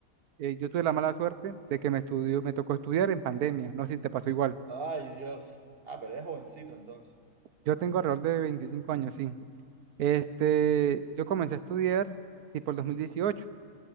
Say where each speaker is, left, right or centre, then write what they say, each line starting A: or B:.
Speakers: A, on the right; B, on the right.
A: Eh, yo tuve la mala suerte de que me estudió, me tocó estudiar en pandemia. No sé si te pasó igual.
B: Ay, Dios. Ah, pero eres jovencito entonces.
A: Yo tengo alrededor de 25 años, sí. Este, yo comencé a estudiar tipo el 2018